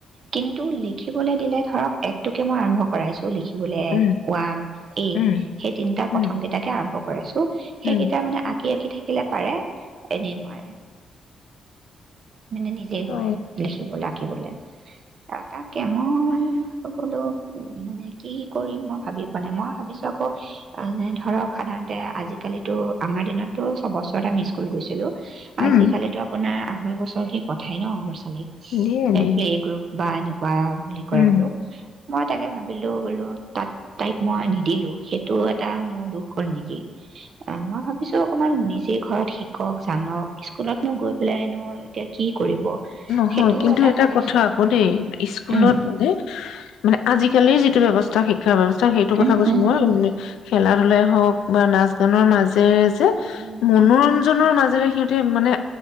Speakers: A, on the right (about 55°); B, on the left (about 75°).
A: কিন্তু লিখিবলৈ দিলে ধৰক একটোকে মই আৰম্ভ কৰাইছো লিখিবলৈ এক
B: উম
A: ওৱান এ
B: উম
A: সেই তিনিটাৰ
B: উম
A: প্ৰথমকেইটাকে আৰম্ভ কৰাইছো। সেইকেইটা
B: উম
A: মানে আঁকি আঁকি থা থাকিলে পাৰে এনেই নোৱাৰে মানে নিজে নোৱাৰে
B: অ
A: লিখিবলৈ আঁকিবলৈ তাকে মই বোলো উ মানে কি কৰিম মই ভাবি পোৱা নাই, মই ভাবিছো আকৌ ধৰক সাধাৰণতে আজিকালিটো আমাৰ দিনতো ছববছতে আমি স্কুল গৈছিলো
B: উম
A: আজিকালিতো আপোনাৰ হয় ব <unintelligible> পঠাই ন' <unintelligible>
B: দিয়ে
A: এহ
B: দিয়ে
A: প্লেগ্ৰুপ বাইনু কোৱা বুলি কয়
B: উম
A: আৰু মই তাকে ভাবিলো বোলো তাত তাইক মই নিদিলো সেইটো এটা মোৰ দুখ হ'ল নেকি অ', মই ভাবিছো অকমান নিজে ঘৰত শিকক জানক স্কুলতনো গৈ পেলাইনো এতিয়া কি কৰিব
B: নহয়
A: সেইটোও
B: কিন্তু এটা
A: ভাবিছো
B: কথা আকৌ দেই স্কুলত
A: উম
B: মানে মানে আজিকালিৰ যিটো ব্যৱস্থা শ শিক্ষা ব্যৱস্থা সেইটোৰ কথা
A: উম
B: কৈছো
A: উম
B: মই, উ খেলা -ধূলাই হওক বা নাচ গানৰ মাজেৰে যে
A: উম
B: মনোৰঞ্জনৰ
A: উম
B: মাজে ৰে সিহঁতে মানে